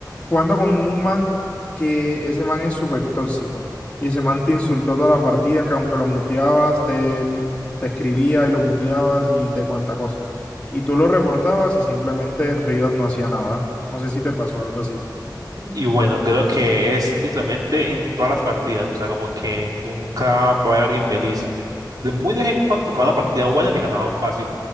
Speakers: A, on the left; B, on the right.
A: jugando con un man que ese man es súper tóxico y ese man te insultó toda la partida que aunque lo muteabas te, mu- te escribía y lo muteabas y de cuánta cosa y tú lo reportabas y simplemente Riot no hacía nada. No sé si te pasó algo así.
B: Y bueno, creo que es literalmente en todas las partidas, o sea, como que nunca va a haber alguien feliz. De muy de vez en cuando tocaba una partida buena que ganaban fácil,